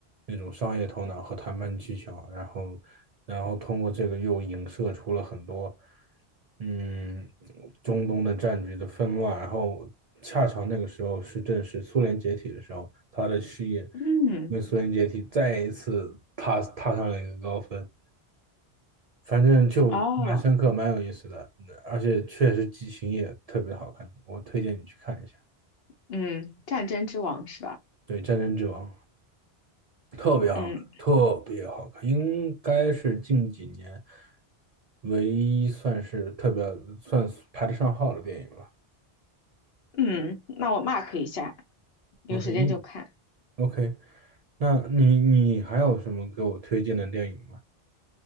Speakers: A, on the right; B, on the left.
A: 那种商业头脑和谈判技巧，然后然后通过这个又影射出了很多，嗯，中东的战局的纷乱。然后恰巧那个时候是正是苏联解体的时候，他的事业
B: 嗯，
A: 因为苏联解体再一次踏踏上了一个高峰。反正就蛮深刻，
B: 哦，
A: 蛮有意思的，而且确实剧情也特别好看，我推荐你去看一下。
B: 嗯，战争之王是吧？
A: 对，《战争之王》。特别好看，
B: 嗯
A: 特别好看，应该是近几年唯一算是特别算是排得上号的电影了。
B: 嗯，那我 mark 一下，有时间就看。
A: OK，嗯，OK，那你你还有什么给我推荐的电影吗？